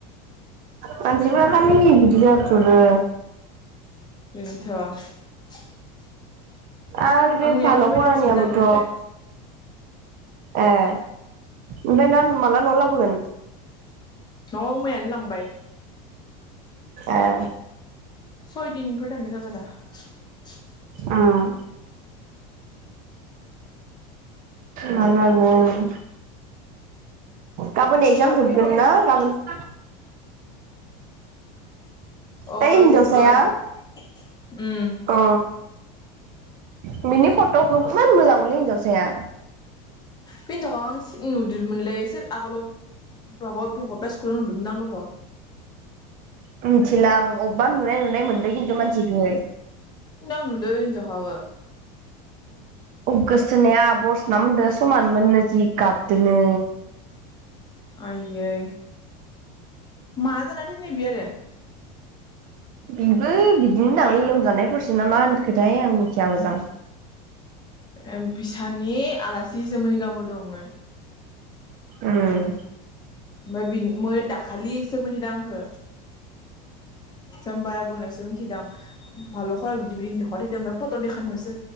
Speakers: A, on the right; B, on the left.
A: मानसिफ्रा खालि बिदि जाथ्रदो।
B: बेनोथ'।
A: आर बे
B: मैयासो
A: भाल'
B: बायदों
A: खरानिआबोथ'।
B: हस्पिटालनिफ्राय
A: ए। ओमफाय नान माला न'आव लाबोगोन?
B: न'आव मैयानो लांबाय।
A: ए।
B: सय दिनफोर थांनाय <unintelligible>
A: उम। मा जागोन? गाबोन एक्जाम
B: साल'खरावबो
A: जोबगोन ना?
B: सोर
A: गाबोन <inaudible>
B: अ
A: बै हिनजावसाया
B: जोबगोन उम
A: अ बिनि फट'खौ इमान मोजां मोनो हिनजावसाया।
B: हिनजावखाखासे नुदोमोनलै सोर आगोलाव माबा <unintelligible> स्कुलावनो नुदोंमोन दां दख'।
A: मिथिला आं अबेबा नुनाय नुनाय मोनदों खिन्थु मानसिखौ।
B: सिगां नुदो बे हिनजावखाखो
A: उम गोसो थोनाया आब' अरसना मोनदो समान मोन नो जि गाबदोनो।
B: आयै मा जाना थैनाय बि आरो?
A: इबो बिदिनो दां लै लोमजानायफोरसो ना मा होनखोथाय आंबो मिथिया मोजां
B: ए बिसानि आलासि जि जोमोनि गामियाव दंमोन।
A: उम
B: ओमफ्राय बिनि मि दाखालिसो मोनथिदों आंखौ जामबाय आब'नायावसो मोनथिदों आं बाल'खआव बिदि हिनजाव खा थैदों ओमफ्राय फट' देखायनायावसो